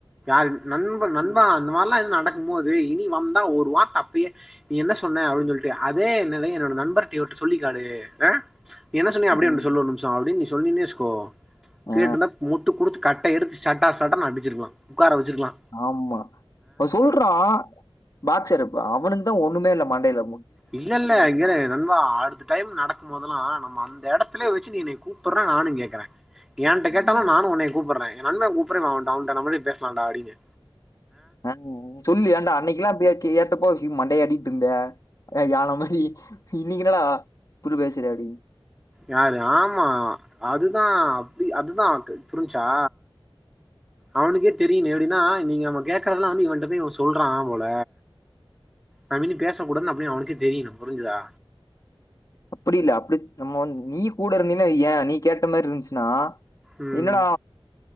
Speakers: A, in the centre; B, on the left.
A: யார் நண்ப நண்பா அந்த மாரிலா எதுவு நடக்கு போது இனி வந்தா ஒரு வார்த்த அப்பயே நீ என்ன சொன்ன அப்படின் சொல்ட்டு அதே நெலையு என்னோட நண்பர் இவர்ட்ட சொல்லிகேளு அ நீ என்ன சொன்னியோ அப்படி
B: ம்.
A: வந்து சொல்லு ஒரு நிமிஷோ அப்டின் நீ சொல்லிருந்தே வச்சுக்கோ
B: ஆ
A: கேட்ருந்தா முட்டு குடுத்து கட் எடுத்து சட சடனு அடிச்சிருக்கலா உக்கார வச்சுர்க்கலா
B: ஆமா அவ சொல்றா பாக்சர் இப்ப அவனுக்குதா ஒன்னுமே இல்ல மண்டைல
A: இல்ல இல்ல இங்கேரு நண்பா அடுத்த டைம் நடக்கு போதல்லா நம்ம அந்த இடத்துலயே வச்சு நீ என்ன கூப்புட்ற நானு கேக்குற ஏன்ட்ட
B: ம்.
A: கேட்டாலு நானு உன்னைய கூப்புட்ற எ நண்பே கூப்புட்ற அவன்ட்ட அவன்ட்ட நம்மளே பேசலான்டா அப்டின்னு
B: அ அ சொல்லு ஏண்டா அன்னைக்குலா அப்டிய கேட்டப்போ ஹீம் மண்டை ஆட்டிட் இருந்த யான மாரி இன்னிக்கி என்னாடா இப்டி பேசிரியாடி
A: யாரு ஆமா அதுதா அப்டி அதுதா தெ புரிஞ்ச்சா அவனுக்கே தெரியுனு எப்டின்னா நீங்க நம்ம கேக்கறதுல்லா இவன்ட்ட போய் சொல்றா போல நாம இனி பேசக்கூடாதுன் அப்டின் அவனுக்கே தெரியணு புரிஞ்சுதா
B: அப்படி இல்ல அப்படி நம்ம நீ கூட இருந்தின் வையே நீ கேட்ட மாரி இருந்ச்சுன்னா
A: ம்
B: என்னடா